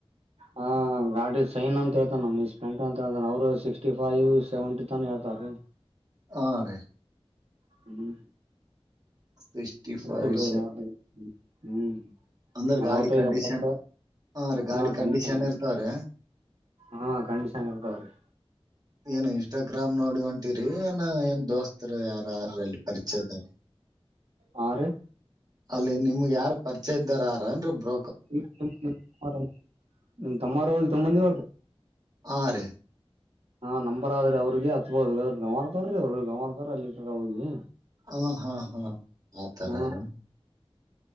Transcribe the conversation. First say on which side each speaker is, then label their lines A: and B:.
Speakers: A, on the right (about 85°); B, on the right (about 40°).
A: ಹ ಗಾಡಿ ಸೈನ್ ಅಂತ ಹೇತಾನ ನಮ ಮಿಸ್ಫಂಟ್ ಅಂತ ಹೇಳ್ತಾನ ಅವರು ಸಿಕ್ಸ್ಟಿ ಫೈವ್ ಸೆವೆಂಟಿ ತಾನ ಹೇಳ್ತಾರೀ
B: ಹಾ ರೀ
A: ಹ್ಮ್
B: ಸಿಕ್ಸ್ಟಿ
A: ಅ
B: ಫೈವ್
A: ಯ ಹ್ಮ್
B: ಅಂದ್ರ
A: ಅರವತ್ತದಪ್ಪಕ್ಷ
B: ಗಾಡಿ ಕಂಡೀಷನ್ ಹಾ ರೀ ಗಾಡಿ
A: ಹ
B: ಕಂಡೀಷನ್
A: ಕಂಡನ್
B: ಇರ್ತಾವ್ರಿ
A: ಹಾ ಕಂಡೀಷನ್ ಇರ್ತಾವ್ರೀ
B: ಏನ್ ಇನ್ಸ್ಟಗ್ರಾಮ್ ನೋಡಿ ಹೊಂಟಿರಿ ಏ ಏನ್ ದೋಸ್ತ್ ಅತ್ರ ಆರ ಆರರ ಅಲ್ಲಿ ಪರಿಚಯಂದ
A: ಹಾ ರೀ
B: ಅಲ್ಲಿ ನಿಮ್ಗ್ ಯಾರಾರ್ ಪರಿಚಯ ಇದ್ದಾರಾರ ಅನ್ ಬ್ರ
A: ನಿ ತಮ್ಮಾರ ತೊಂಬಂದಿ
B: ಆ ರ
A: ಹಾ ನಂಬರ್ ಆದ್ರೆ ಅವ್ರಗೆ ಹಚ್ಬೋದು ಗವರ್ದವ್ರಿ ಅವ್ರ ಗವರ್ದವ ಅಲ್ಲಿಟ್ರ ಹೋಗಿ
B: ಹ ಹಾ ಹಾ ಆ ತರರ
A: ಹ್ಮ